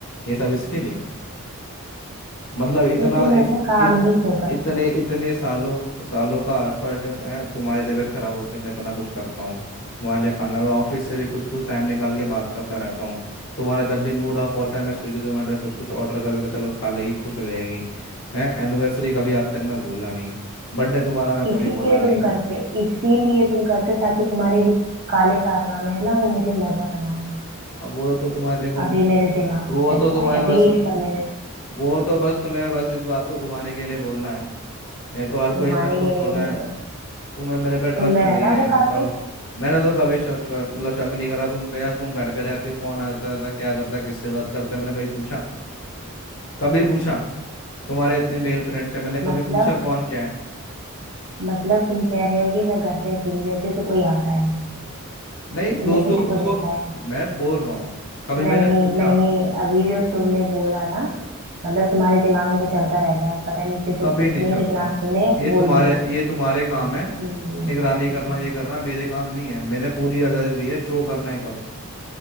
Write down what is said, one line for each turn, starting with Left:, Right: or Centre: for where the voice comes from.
Left: ये सब इसके लिए मतलब इतना
Right: तो तुम
Left: इत,
Right: ऐसा काम
Left: इतन,
Right: ही क्यों करते
Left: इतने
Right: हो
Left: इतने सालों सालों का एफर्ट है तुम्हारी तबीयत खराब होते मैं इतना कुछ करता हूँ तुम्हारे लिए खाना मैं ऑफिस से भी कुछ कुछ टाइम निकाल के बात करता रहता हूँ तुम्हारा जब भी मूड ऑफ होता है मैं स्विगी जोमेटो कुछ कुछ ऑर्डर कर देता चलो खा लेगी खुश हो जाएगी है एनिवर्सरी कभी आज तक मैं भूला नहीं बर्थडे तुम्हारा मैं कभी
Right: इसीलिए
Left: भूला नहीं
Right: तुम करते हो इसीलिए तुम करते हो ताकि तुम्हारे जो काले कारनामे है ना वो मुझे नजर ना आए
Left: अब वो तो तुम्हारे देखो
Right: अभी मेरे दिमाग में
Left: वो
Right: चल
Left: तो तुम्हें
Right: रहा है अभी
Left: बस
Right: ये सब मेरे
Left: वो तो बस तुम्हें बस इस बात को घुमाने के लिए बोलना है ये तो हर कोई
Right: घुमाने
Left: इसमें खुश
Right: के लिए
Left: होता है
Right: है
Left: तुम्हें मेरे पे ट्रस्ट
Right: सुंदर
Left: नहीं
Right: है ना
Left: है
Right: वो काफी
Left: बताओ मैंने तो कभी शक ट्रस्ट मतलब शक नहीं करा तुम पे यार तुम घर पे रहती हो कौन आता था क्या करता किससे बात करते हो मैंने कभी पूछा कभी पूछा तुम्हारे इतने मेल फ्रेंड्स हैं मैंने कभी
Right: मतलब
Left: पूछा कौन क्या है
Right: मतलब तुम कह रहे हो कि मैं घर पे अकेली रहती हूँ तो कोई आता है
Left: नहीं
Right: तुमने
Left: दोस्तों
Right: किसको
Left: दोस्तों
Right: देखा
Left: को
Right: है
Left: मैं बोल रहा हूँ कभी मैंने
Right: नहीं
Left: पूछा
Right: नहीं अभी जो तुमने बोला ना मतलब तुम्हारे दिमाग में चलता रहता है पता नहीं कि
Left: कभी
Right: तुम कुछ
Left: नहीं
Right: नहीं
Left: चलता
Right: लेकिन आज तुमने
Left: ये
Right: बोल
Left: तुम्हारे
Right: दिया
Left: ये तुम्हारे काम है
Right: हम्म,
Left: निगरानी करना
Right: नहीं
Left: ये करना मेरे काम नहीं है मैंने पूरी आज़ादी दी है जो करना है करो